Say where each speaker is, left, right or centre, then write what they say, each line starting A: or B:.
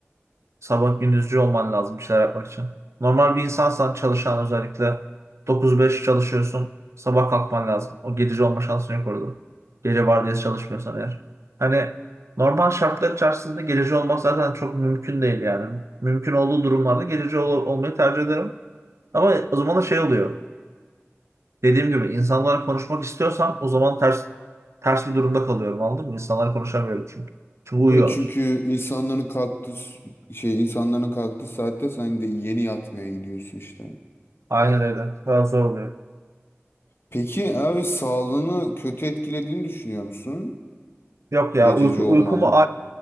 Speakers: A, on the right (about 75°); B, on the left (about 55°).
A: Sabah gündüzcü olman lazım bir şeyler yapmak için. Normal bir insansan çalışan özellikle 9-5 çalışıyorsun. Sabah kalkman lazım. O gececi olma şansın yok orada. Gece vardiyası çalışmıyorsan eğer. Hani normal şartlar içerisinde gececi olmak zaten çok mümkün değil yani. Mümkün olduğu durumlarda gececi ol- olmayı tercih ederim. Ama o zaman da şey oluyor. Dediğim gibi insanlarla konuşmak istiyorsam o zaman ters ters bir durumda kalıyorum anladın mı? İnsanlarla konuşamıyorum çünkü. Çünkü uyuyorlar.
B: Evet çünkü insanların kalktığı s- şey insanların kalktığı saatte sen de yeni yatmaya gidiyorsun işte.
A: Aynen öyle. Biraz zor oluyor.
B: Peki abi sağlığını kötü etkilediğini düşünüyor musun?
A: Yok ya
B: Gececi
A: uyku,
B: olmanın.
A: uykumu